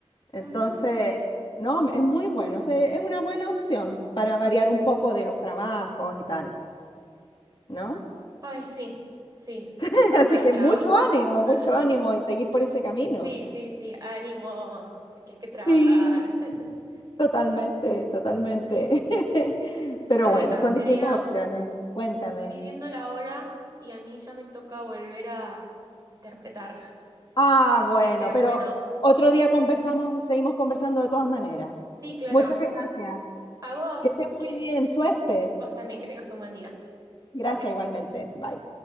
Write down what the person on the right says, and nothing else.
Ujú.
Ay, sí, sí.
El tema
del
trabajo.
<laughs>
Sí, sí, sí. Ánimo, que hay que trabajar.
<laughs>
Ay,
Andrea,
estoy viendo la hora y a mí ya me toca volver a interpretar. <laughs>
Así
que bueno,
sí, claro.
A vos,
que
vos también, que tengas un buen día.
Bye.